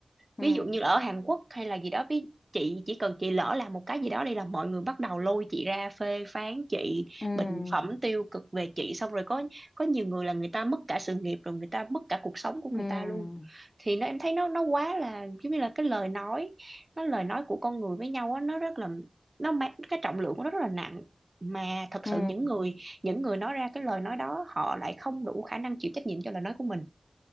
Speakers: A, on the left; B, on the right.
A: ừ
B: ví dụ như ở Hàn Quốc hay là gì đó ví chị chỉ cần chị lỡ làm một cái gì đó đây là mọi người bắt đầu lôi chị ra phê phán chị
A: ừ ừ
B: bình phẩm tiêu cực về chị xong rồi có có nhiều người là người ta mất cả sự nghiệp rồi người ta mất cả cuộc sống của người
A: ừ ừ,
B: ta luôn thì nó em thấy nó nó quá là giống như là cái lời nói nó lời nói của con người với nhau á nó rất là nó mang cái trọng lượng của nó rất là nặng mà thật
A: ừ.
B: sự những người những người nói ra cái lời nói đó họ lại không đủ khả năng chịu trách nhiệm cho lời nói của mình